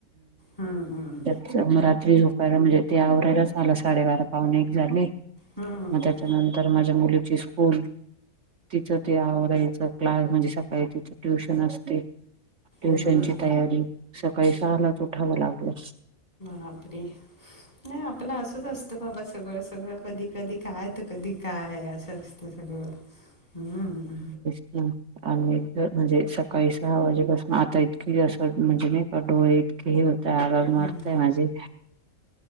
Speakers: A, on the left; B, on the right.
A: हम्म हम्म.
B: मग रात्री झोपायला म्हणजे ते आवरायलाच आलं साडेबारा पाहणे एक झाले.
A: हम्म
B: मग त्याच्यानंतर माझ्या मुलीची स्कूल तिचं ते आवरायचं. क्लास म्हणजे सकाळी तिचे ट्युशन असते. ट्युशनची
A: हम्म
B: तयारी सकाळी सहा लाच उठावं लागलं.
A: बापरे. नाही आपलं असंच असतं बाबा सगळं सगळं कधी कधी काय तर कधी काय असं तसं सगळं हम्म.
B: हम्म. आणि जर म्हणजे सकाळी सहा वाजेपासून आता इतकी असं म्हणजे नाही का डोळे इतकेही होत आग आग मारताय
A: हम्म.
B: माझे.